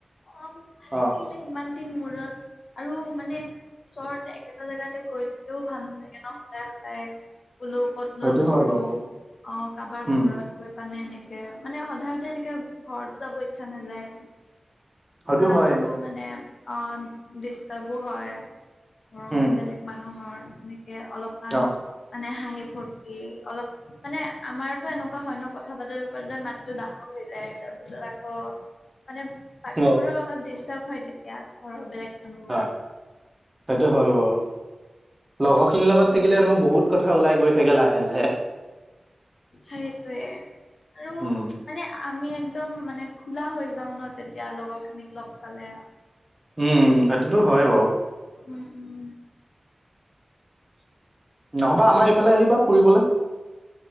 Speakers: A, on the left; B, on the right.
A: অ ভালে
B: অ
A: লাগিলে। ইমান দিন মূৰত আৰু মানে ওচৰতে একেটা জেগাতে গৈ থাকেও ভাল নালাগে ন সদায় - সদায় বোলো ক'ত
B: সেইটো
A: লগ
B: হয়
A: ধৰো
B: বাৰু
A: অ কাৰোবাৰ
B: উম
A: ঘৰত গৈ পানে এনেকে মানে সদায় সদা এনেকে ঘৰতো যাব ইচ্ছা নাযায়
B: সেইটো
A: তাহাতৰো
B: হয়
A: মানে অ ডিষ্টাৰ্বো হয় ঘৰৰ
B: উম
A: বেলেগ মানুহৰ এনেকে অলপ,
B: অ
A: মানে হাঁহি ফূৰ্তি অলপ মানে আমাৰতো এনেকুৱা হয় ন কথা পাতোতে পাতোতে মাতটো ডা ডাঙৰ হৈ যায় তাৰপিছত আকৌ মানে বাকীবোৰৰ
B: অ
A: চব ডিষ্টাৰ্ব হয় তেতিয়া ঘৰৰ বেলেগ মানুহবোৰৰ।
B: হা সেইটো হয় বাৰু লগৰখিনিৰ লগত থাকিলেনো বহুত কথা ওলাই গৈ থাকে লাহে লাহে
A: সেইটোৱে আৰু
B: উম
A: মানে আমি একদম মানে খোলা হৈ যাও ন তেতিয়া লগৰখিনিক লগ পালে
B: উম সেইটোতো হয় বাও
A: উম উম
B: নহবা আমাৰ ইফালে আহিবা ফুৰিবলে